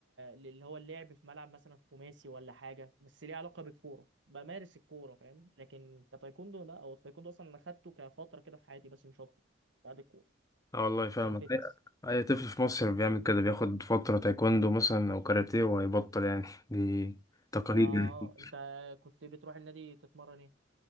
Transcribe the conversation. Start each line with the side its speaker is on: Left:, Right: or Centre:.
Right: للي هو اللعب في ملعب مثلا خماسي ولا حاجة بس ليه علاقة بالكورة بمارس الكورة فاهم لكن كتايكوندو لا هو التايكوندو أصلا أنا خدته كفترة كده في حياتي بس مش أكتر بعد الكورة
Left: اه والله فاهمك
Right: عشان فيتنس
Left: اي أي طفل في مصر بيعمل كده بياخد فتره تايكوندو مثلا او كاراتيه وهيبطل يعني <laughs> دي تقاليد
Right: ما آه،
Left: يعني
Right: أنت كنت بتروح النادي تتمرن إيه؟